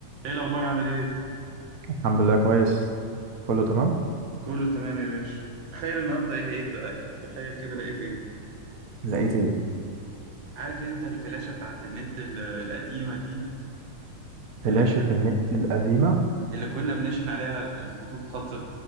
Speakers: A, on the right (about 60°); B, on the right (about 80°).
A: ايه الاخبار عامل ايه
B: الحمد لله كويس كله تمام
A: كله تمام يا باشا تخيل النهارده ايه لقيت بقى تخيل كده لقيت ايه
B: لقيت ايه
A: عارف انت الفلاشه بتاعت النت ال- القديمه دي
B: فلاشة
A: اللي كنا
B: النت القديمة
A: اللي كنا بنشحن عليها الخطوط خط